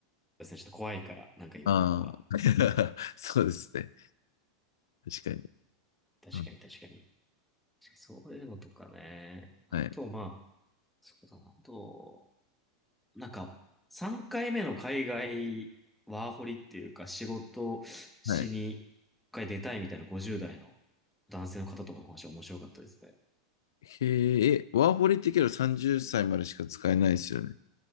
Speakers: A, in the centre; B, on the left.
A: ですね、ちょっと怖いから、なんか言われるのは、
B: ああ、<laughs> そうですね。確かに。
A: 確かに確かに。
B: うん
A: そういうのとかね。あと、
B: はい。
A: まあ、そうだな。あと、なんか、3回目の海外ワーホリっていうか、仕事しに一回出たいみたいな50代の
B: はい。
A: 男性の方とかの話面白かったですね。
B: へえ、えワーホリってけど30歳までしか使えないですよね。